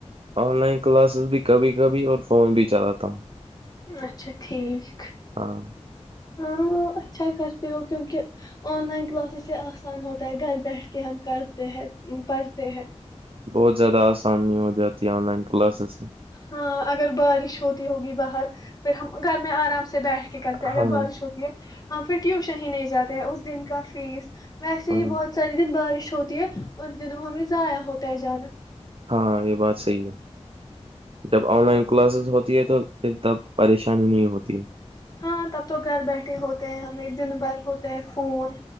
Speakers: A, on the right; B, on the left.
A: آن لائن کلاسز بھی کبھی کبھی اور فون بھی چلاتا ہوں
B: اچھا ٹھیک
A: ہاں
B: ہاں اچھا کرتے ہو کیونکہ آن لائن کلاسز ہی آسان ہوتا ہے گھر بیٹھ کے ہم کرتے ہیں پڑھتے ہیں
A: بہت زیادہ آسانی ہو جاتی ہے آن لائن کلاسز سے
B: ہاں اگر بارش ہوتی ہوگی باہر پھر ہم گھر میں آرام سے بیٹھ کے کرتے ہیں اگر
A: ہاں
B: بارش ہوتی ہے تو ہاں پھر ٹیوشن ہی نہیں جاتے ہیں اس دن کا فیس ویسے
A: ہاں
B: ہی بہت سارے دن بارش ہوتی ہے ان دنوں ہمیں ضائع ہوتا ہے جانا
A: ہاں یہ بات صحی ہے جب آن
B: ہاں
A: لائن کلاسز ہوتی ہے تو پھر تب پریشانی نہیں ہوتی
B: ہاں تب تو گھر بیٹھے ہوتے ہیں ہمیں دن بھر ہوتے ہیں فون